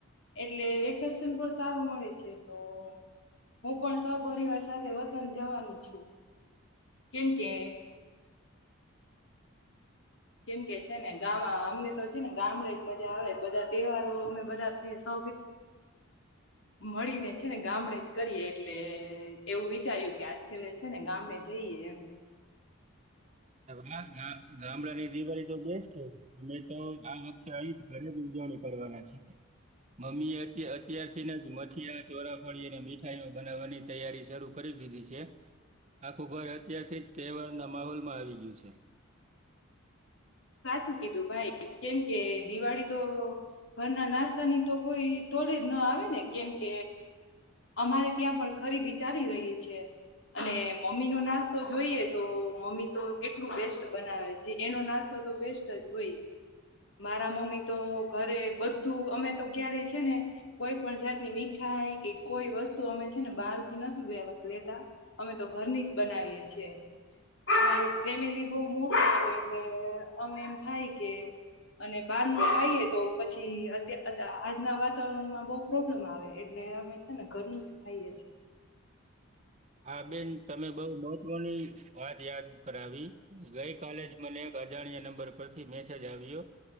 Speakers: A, on the left; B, on the right.
A: એટલે વેકેશન પણ સારું મળે છે. તો હું પણ સપિવાર સાથે વતન જવાનું છુ. કેમકે કેમ કે છે ને ગામ અમને તો છેને. ગામડે જ મજા આવે બધા તહેવારો અમે બધા સે
B: <inaudible> <unintelligible>
A: મળીને છે ને ગામડે જ કરીએ એટલે એવું વિચાર્યું કે આજ ખ છેને. ગામડે જઈએ હ <inaudible> <unintelligible>
B: વા ગામડા ની દિવાળી તો કે અમે તો આ વખતે અહી જ ઘરે જ ઉજવણી કરવાના છે. મમ્મી એ અત્યારથીને જ મઠીિયા ચોરા ફળીને મીઠાઈઓ બનાવવાની તૈયારી શરૂ કરી દીધી છે આખું ઘર અત્યારથી જ તહેવારના માહોલમાં આવીઈ ગયું છે.
A: સાચું કીધું ભાઈ કેમ કે દિવાળી તો ઘરના નાસ્તાની તો કોઈ તોડીે જ ના આવે ને કેમકે અમારે ત્યાં પણ ખરીદી ચાલી રહી છે. અને મમ્મી નો નાસ્તો જોઈએ તો મમ્મી તો કેટલું બેસ્ટ બનાવે છે. એનો નાસ્તો તો તો બેસ્ટ જ હોય મારા મમ્મી તો ઘરે બધું અમે તો ક્યારે છેને કોઈ પણ જાતની મીઠાઈ કે કોઈ વસ્તુ અમે છેને. બહાર થી નથી લે લેતા અમે તો ઘરની જ બનાવીએ છીએ અમારું ફેમિલી બહુ મોટી છે. એટલે અમને એમ થાય કે અને બહારનું ખાઈએ તો પછી અત્યા આજના વાતાવરણમાં બહુ પ્રોબ્લેમ આવે એટલે અમે છેને. ઘરનું જ ખાઈએ છીએ.
B: હા બેન તમે બઉ મહત્વની વાત યાદ કરાવી. ગઈ કાલે જ મને એક અજાણ્યા નંબર પરથી મેસેજ આવ્યો.